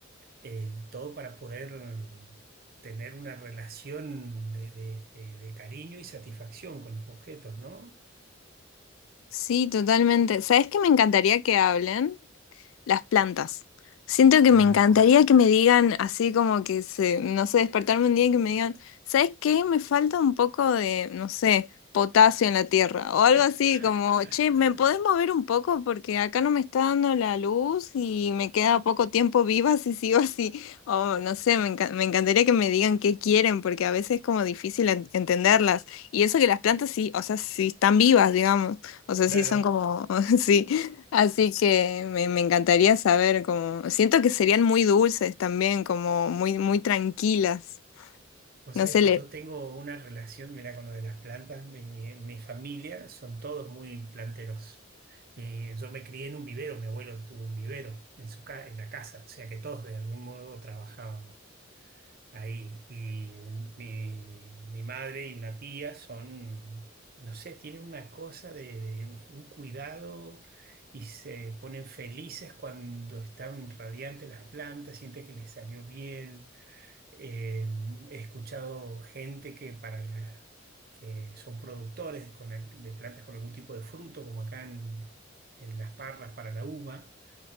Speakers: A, on the right; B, on the left.
A: eh, todo para poder tener una relación de, de- de- de cariño y satisfacción con los objetos, ¿no?
B: Sí, totalmente. ¿Sabes qué me encantaría que hablen? las plantas. Siento que
A: Ah,
B: me encantaría que me digan así como que se, no sé, despertarme un día y que me digan, ¿sabes qué? Me falta un poco de, no sé, potasio en la tierra o algo
A: <laughs>
B: así como, che, ¿me podés mover un poco? Porque acá no me está dando la luz y me queda poco tiempo viva si sigo así. O no sé, me enca- me encantaría que me digan qué quieren porque a veces es como difícil en- entenderlas. Y eso que las plantas sí, o sea, sí están vivas, digamos. O sea,
A: claro.
B: sí son como, <laughs> sí. Así que me, me encantaría saber cómo. Siento que serían muy dulces también, como muy, muy tranquilas.
A: O
B: No
A: sea,
B: sé,
A: es que
B: le...
A: yo tengo una relación, mira, con lo de las plantas, mi, mi familia son todos muy planteros. Mi- yo me crié en un vivero, mi abuelo tuvo un vivero en su ca- en la casa, o sea que todos de algún modo trabajábamos. ahí. Y un- mi, mi madre y una tía son, no sé, tienen una cosa de, de un cuidado y se ponen felices cuando están radiantes las plantas, sienten que les salió bien. Eh, he escuchado gente que para la- que son productores con al- de plantas con algún tipo de fruto, como acá en en Las Parras para la uva